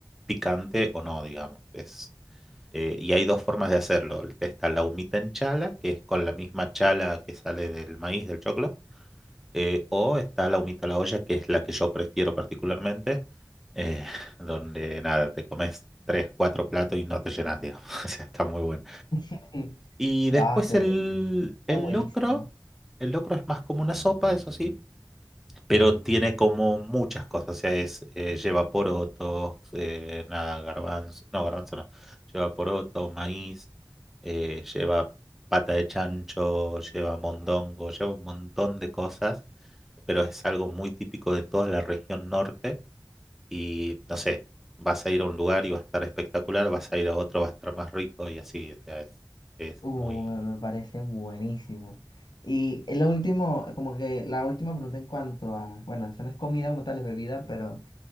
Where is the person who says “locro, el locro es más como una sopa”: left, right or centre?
Centre